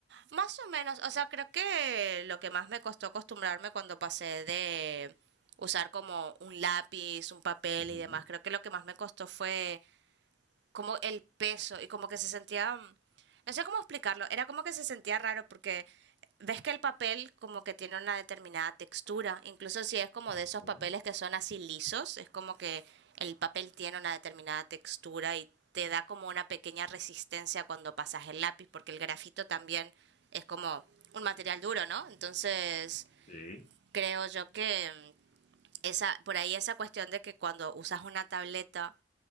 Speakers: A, on the right; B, on the left.
A: Más o menos, o sea, creo que lo que más me costó acostumbrarme cuando pasé de usar como un lápiz, un papel
B: Ujú,
A: y demás, creo que lo que más me costó fue como el peso y como que se sentía, mm, no sé cómo explicarlo, era como que se sentía raro porque ves que el papel como que tiene una determinada textura, incluso si es como
B: ujú.
A: de esos papeles que son así lisos, es como que el papel tiene una determinada textura y te da como una pequeña resistencia cuando pasas el lápiz, porque el grafito también es como un material duro, ¿no? Entonces,
B: Sí,
A: creo yo que mm, esa, por ahí esa cuestión de que cuando usas una tableta